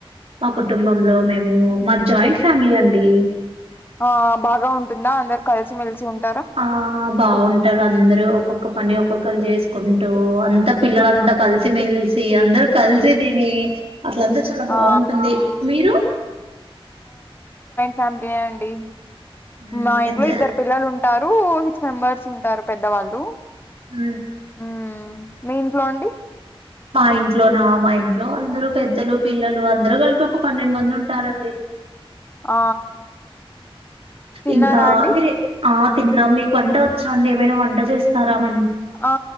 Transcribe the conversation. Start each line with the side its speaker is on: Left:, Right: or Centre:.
Right: మా కుటుంబంలో మేము మాది జాయింట్ ఫ్యామిలీ అండి
Left: ఆ బాగా ఉంటుందా అందరు కలిసిమెలిసి ఉంటు
Right: ఆ బాగుంటారు అందరు ఒక్కొక్క పని ఒక్కొక్కరు చేసుకుంటూ అ ంత పిల్ల
Left: ఆ
Right: అంతా కలిసి మేల్ సి అందరు కల్సతిని అట్లంత చాలా బాగుంటుంది
Left: ఆ
Right: మీరు
Left: ఫ్యామిలీ అండి
Right: హ్మ్
Left: మా ఇంట్లో
Right: ఎంత
Left: ఇద్దరు పిల్లలు ఉంట ఉంటారు సిక్స్ మెంబర్స్ ఉంటారు పెద్దవాళ్ళు
Right: హ
Left: మ్మ్ మీ ఇంట్లో అండి
Right: మా ఇంట్లో నా మా ఇంట్లో అందరు పెద్దలు పిల్లలు అందరుూ కలిపి ఒక పన్నెండు మంది ఉంటారండి
Left: ఆ తిన్నారా
Right: ఇంకా
Left: అండి
Right: మీరి ఆ తిన్నాం మీకు వంట వచ్చా అండి ఏమైనా వంట చేస్తారామ
Left: ఆ